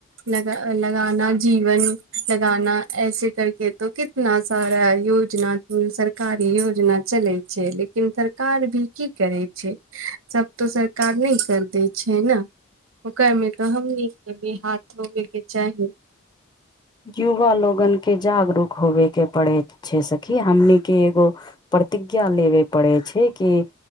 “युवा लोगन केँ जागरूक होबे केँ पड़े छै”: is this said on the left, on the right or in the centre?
Left